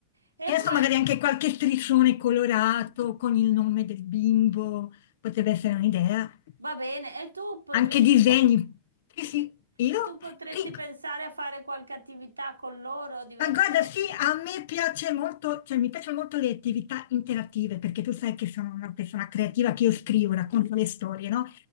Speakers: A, on the right (about 80°); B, on the left (about 55°).
A: E
B: E adesso
A: poi
B: magari anche qualche striscione colorato con il nome del bimbo, potrebbe essere un'idea.
A: va bene, e tu potresti
B: Anche disegni, sì,
A: sì,
B: sì, io,
A: e tu potresti
B: sì.
A: pensare a fare qualche attività con loro divertente?
B: Ma guarda, sì, a me piace molto, cioè mi piacciono molto le attività interattive, perché tu sai che sono una persona creativa che io scrivo, racconto le storie, no?